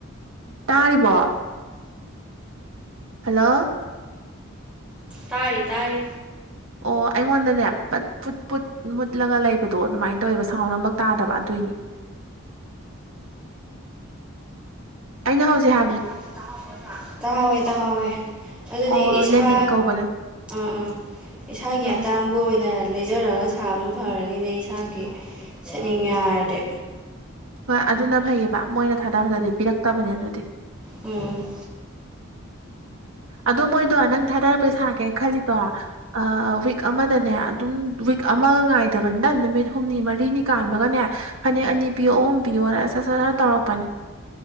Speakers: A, on the right; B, in the centre.
A: ꯇꯥꯔꯤꯕꯣ ꯍꯜꯂꯣ
B: ꯇꯥꯔꯤ ꯇꯥꯔꯤ
A: ꯑꯣ ꯑꯩꯉꯣꯟꯗꯅꯦ ꯄꯠ ꯄꯨꯠ-ꯄꯨꯠ ꯃꯨꯠꯂꯒ ꯂꯩꯕꯗꯣ ꯑꯗꯨꯃꯥꯏꯅ ꯇꯧꯌꯦꯕ ꯁꯥꯎꯟ ꯑꯃꯕꯛ ꯇꯥꯗꯕ ꯑꯗꯨꯏꯅꯤ ꯑꯩꯅ ꯍꯧꯖꯤꯛ ꯍꯥꯏ
B: <unintelligible> ꯇꯥꯍꯥꯎꯋꯦ ꯇꯥꯍꯥꯎꯋꯦ ꯑꯗꯨꯗꯤ
A: ꯑꯣ
B: ꯏꯁꯥ
A: ꯂꯦꯟꯗꯤꯟ ꯀꯧꯕꯅꯦ
B: ꯑ ꯑ ꯏꯁꯥꯒꯤ
A: ꯎꯝ
B: ꯑꯇꯥꯡꯕ ꯑꯣꯏꯅ ꯂꯩꯖꯔꯒ ꯁꯥꯕꯅ ꯐꯥꯔꯅꯤꯅꯦ ꯏꯁꯥꯒꯤ ꯁꯦꯠꯅꯤꯡꯉꯦ ꯍꯥꯏꯔꯗꯤ
A: ꯍꯣꯏ ꯑꯗꯨꯅ ꯐꯩꯌꯦꯕ ꯃꯣꯏꯅ ꯊꯥꯗꯕꯗꯗꯤ ꯄꯤꯔꯛꯇꯕꯅꯦ ꯑꯗꯨꯗꯤ
B: ꯎꯝ
A: ꯑꯗꯣ ꯃꯣꯏꯗꯣ ꯅꯪ ꯊꯥꯔꯛꯄ ꯁꯥꯔꯛꯀꯦ ꯈꯜꯂꯤꯗꯣ ꯑꯥ ꯋꯤꯛ ꯑꯃꯗꯅꯦ ꯑꯗꯨꯝ ꯋꯤꯛ ꯑꯃꯒ ꯉꯥꯏꯗꯕꯅꯤꯗ ꯅꯪ ꯅꯨꯃꯤꯠ ꯍꯨꯝꯅꯤ ꯃꯔꯤꯅꯤ ꯀꯥꯟꯕꯒꯅꯦ ꯐꯅꯦꯛ ꯑꯅꯤ ꯄꯤꯌꯣ ꯑꯍꯨꯝ ꯄꯤꯌꯣꯅ ꯁꯠ ꯁꯠ ꯇꯧꯔꯛꯄꯅꯦ